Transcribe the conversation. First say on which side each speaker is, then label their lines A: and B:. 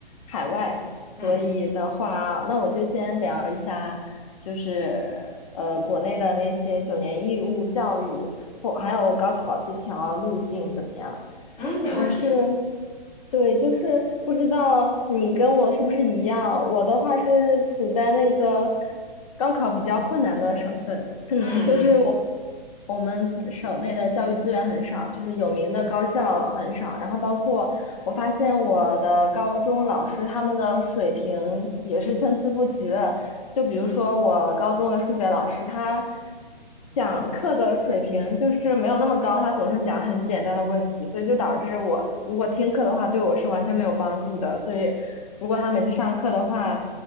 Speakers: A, on the left; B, on the left.
A: 海外，
B: 嗯
A: 所以的话，那我就先聊一下，就是呃国内的那些九年义务教育或还有高考这条路径怎么样？
B: 嗯，没问题。
A: 就是对，就是不知道你跟我是不是一样。我的话是处在那个高考比较困难的省份，<clears throat> 嗯，
B: 嗯嗯
A: 就是我我们省内的教育资源很少，就是有名的高校很少。然后包括我发现我的高中老师他们的水平也是参差不齐的，就比如说我高中的数学老师，他讲课的水平就是没有那么高，他总是讲很简单的问题，所以就导致我如果听课的话，对我是完全没有帮助的。所以如果他每次上课的话，